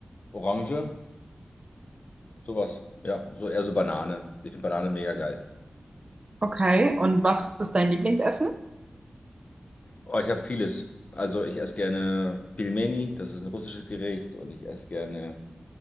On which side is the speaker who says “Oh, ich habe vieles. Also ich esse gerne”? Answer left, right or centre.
Left